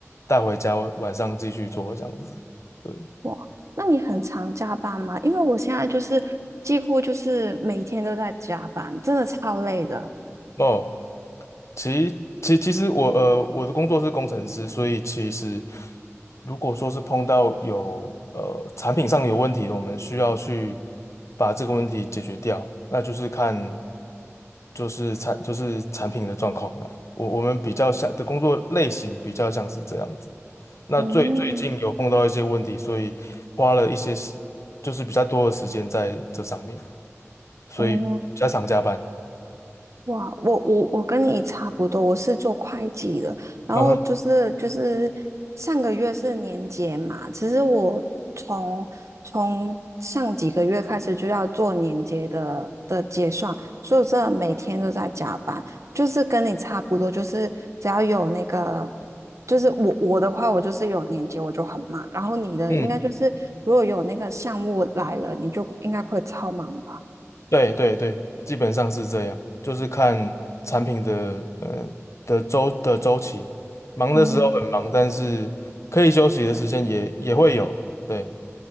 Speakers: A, on the left; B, on the right.
A: 带回家晚上继续做这样子。对，
B: 哇，那你很常加班吗？因为我现在就是几乎就是每天都在加班，真的超累的。
A: 哦，其其其实我呃我的工作是工程师，所以其实如果说是碰到有呃产品上有问题，我们需要去把这个问题解决掉，那就是看就是产就是产品的状况了。我我们比较像的工作类型比较像是这样子。那最最近有碰到一些问题，
B: 嗯
A: 所以花了一些时就是比较多的时间在这上面，所以比较常加班。
B: 哦，哇，我我我跟你差不多，我是做会计的，然后就是就是上个月是年结嘛，
A: 嗯哼，
B: 其实我从从上几个月开始就要做年结的的结算，所以我真的每天都在加班，就是跟你差不多，就是只要有那个，就是我我的话，我就是有年结我就很忙，然后你的应该就是如果有那个项目来了，
A: 嗯。
B: 你就应该会超忙吧？
A: 对对对，基本上是这样，就是看产品的呃的周的周期，忙的时候很忙，
B: 嗯。
A: 但是可以休息的时间也也会有。对，